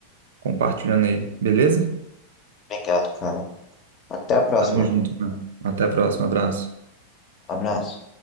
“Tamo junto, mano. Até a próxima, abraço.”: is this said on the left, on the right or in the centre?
Right